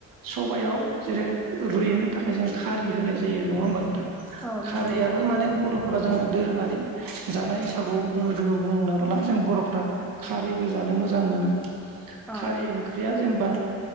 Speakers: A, on the right (about 85°); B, in the centre.
A: सबायाव जेरै रुइहोनो थाखाय जों खारि होनाय जायो नंङा होमबा नोंथां।
B: औ नंगौ
A: <unintelligible> माने बर' जोंङो दोरोङारि जानाय हिसाबै बुङो जोंङो बुंबोला जों बर'फ्रा खारै गोजा मोजां मोनो
B: औ
A: खारै ओंख्रिया जेन बा